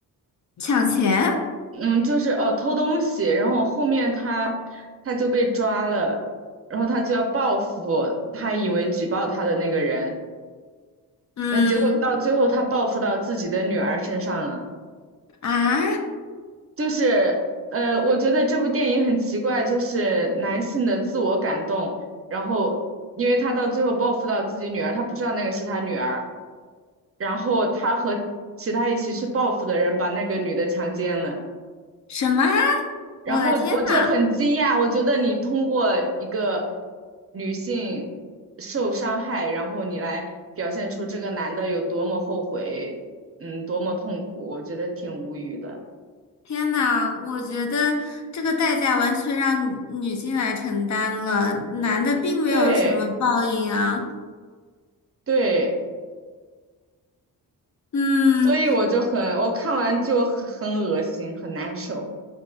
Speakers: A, on the left; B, on the right.
A: 抢钱？
B: 嗯，就是呃偷东西，然后后面他他就被抓了，然后他就要报复他以为举报他的那个人，
A: 嗯
B: 呃，结果到最后他报复到自己的女儿身上了。
A: 啊，
B: 就是呃，我觉得这部电影很奇怪，就是男性的自我感动，然后因为他到最后报复到自己女儿，他不知道那个是他女儿，然后他和其他一起去报复的人把那个女的强奸了，
A: 什么？
B: 然后我就很惊讶，
A: 我的天呐！
B: 我觉得你通过一个女性受伤害，然后你来表现出这个男的有多么后悔，嗯，多么痛苦，我觉得挺无语的，
A: 天呐，我觉得这个代价完全让女女性来承担了，男的并没有什么报应啊。
B: 对对。
A: 嗯，
B: 所以我就很，我看完就很很恶心，很难受。